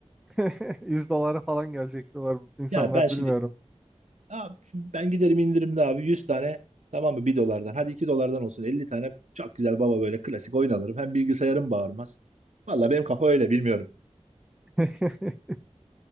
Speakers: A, in the centre; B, on the right.
A: <laughs> yüz dolara falan gelecek diyorlar insanlar
B: Ya ben şimdi
A: bilmiyorum.
B: abi şimdi ben giderim indirimde abi yüz tane tamam mı bir dolardan hadi 2 dolardan olsun 50 tane çok güzel baba böyle klasik oyun alırım. Hem bilgisayarım bağırmaz. Valla benim kafa öyle bilmiyorum.
A: <laughs>